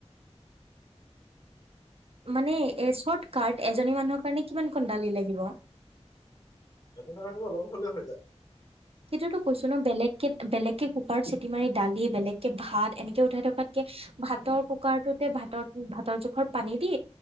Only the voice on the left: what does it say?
এখনৰ কাৰণে অলপ হ'লে হৈ যায়।